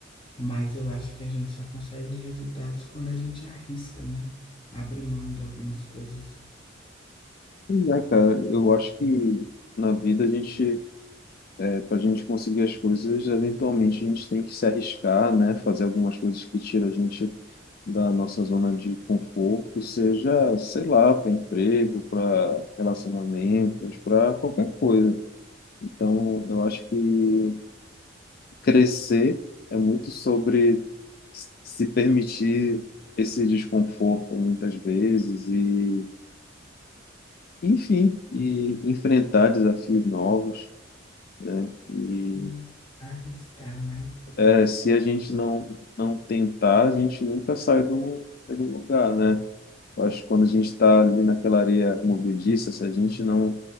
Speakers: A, on the left (about 25°); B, on the left (about 50°).
A: Mas eu acho que a gente só consegue resultados quando a gente arrisca, né? Abre mão de algumas coisas.
B: Pois é, cara, eu acho que na vida a gente, é, para a gente conseguir as coisas, eventualmente a gente tem que se arriscar, né? Fazer algumas coisas que tiram a gente da nossa zona de conforto, seja, sei lá, para emprego, para relacionamentos, para qualquer coisa. Então, eu acho que crescer é muito sobre se permitir esse desconforto muitas vezes e, enfim, e enfrentar desafios novos, né? E
A: Sim, Arriscar, né?
B: é, se a gente não, não tentar, a gente nunca sai do, do lugar, né? Eu acho que quando a gente está ali naquela areia movediça, se a gente não